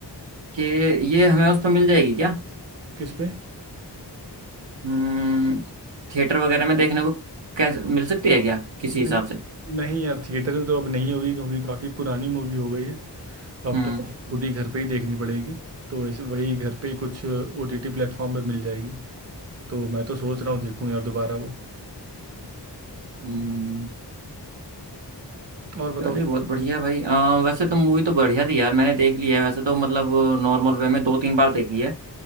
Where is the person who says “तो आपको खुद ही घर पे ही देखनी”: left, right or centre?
Right